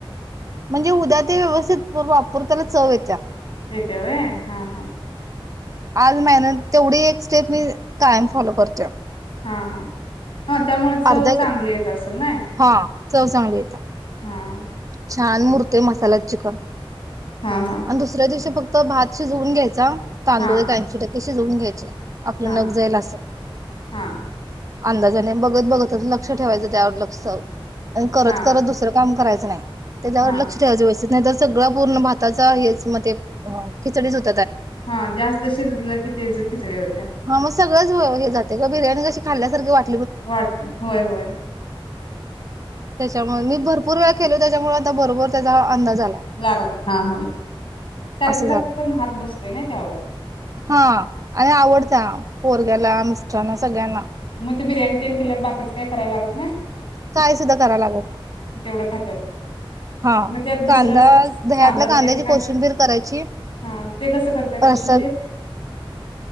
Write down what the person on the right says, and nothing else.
म्हणजे उद्या ते व्यवस्थित वापरतेला चव येत्या.
आज <unintelligible> तेवढीच एक स्टेप मी कायम फॉलो कर
अर्धा
हा चव चांगली येत्या.
छान मुरतोय मसाला चिकन.
आणि दुसऱ्या दिवशी फक तो भात शिजवून घ्यायचा. तांदूळ
एक ऐशी टक <unintelligible> घ्यायचे. आपलं
नक जाईल असं.
अंदाजाने बघत बघतच लक्ष ठेवायच त्यावर लक्ष आणि करत
करत दुसरं काम करायचं. चं नाय. त्याच्यावर
लक्ष ठेवायच बस. <unintelligible> सगळ पूर्ण भाताचा हेच मं तें <unintelligible>
हा मग सगळंच हे जातय ग बिर्याणी अशी खाल्ल्या सारखी वाट
त्याच्यामुळे मी भरपूर वेळा केल.. त्याच्यामुळे आता बरोबर त्याचा अंदाज.. आला
असं
झालं
हा. आणि आवडत्या. पोरग्याला मिस्टरांना सगळ्यांना.
काय सुद्धा कराव लागल नाय.
हा
कांदा दह्यातल्या
कांद्याची
कोशिंबीर करायची.
रस